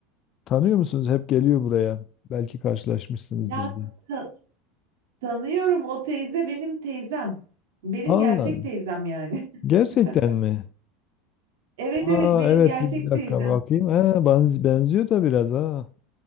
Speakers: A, on the left; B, on the right.
A: tanıyor musunuz? Hep geliyor buraya. Belki karşılaşmışsınızdır
B: Ya
A: diye.
B: ta- tanıyorum o teyze benim teyzem. Benim
A: Allah
B: gerçek
A: Allah.
B: teyzem yani.
A: Gerçekten
B: <laughs>
A: mi?
B: Evet
A: Aa
B: evet benim
A: evet
B: gerçek
A: bir bir dakika
B: teyzem.
A: bakayım. Ha, benz- benziyor da biraz ha.